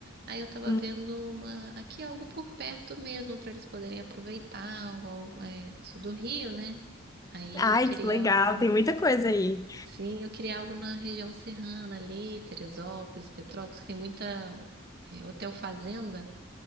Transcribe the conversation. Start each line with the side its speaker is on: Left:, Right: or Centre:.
Right: Aí eu tava
Left: Hum,
Right: vendo uma aqui algo por perto mesmo para eles poderem aproveitar, algo, é, sul do Rio, né? Aí
Left: Ai,
Right: eu queria
Left: que legal,
Right: no
Left: tem muita coisa aí.
Right: Sim, eu queria algo na região serrana ali, Teresópolis, Petrópolis, que tem muita é, hotel fazenda.